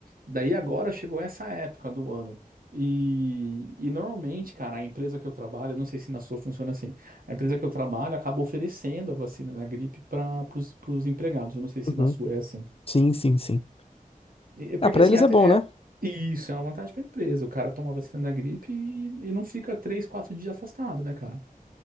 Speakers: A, on the right; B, on the left.
A: Daí agora chegou essa época do ano. E, e normalmente, cara, a empresa que eu trabalho, eu não sei se na sua funciona assim, a empresa que eu trabalho acaba oferecendo a vacina da gripe para os empregados. Eu não sei se
B: Uhum.
A: na sua é assim.
B: Sim, sim, sim.
A: E- e porque
B: Ah, pra
A: assim,
B: eles
A: até
B: é bom, né?
A: é, isso é uma vantagem para a empresa. O cara toma a vacina da gripe e, e não fica três, quatro dias afastado, né, cara?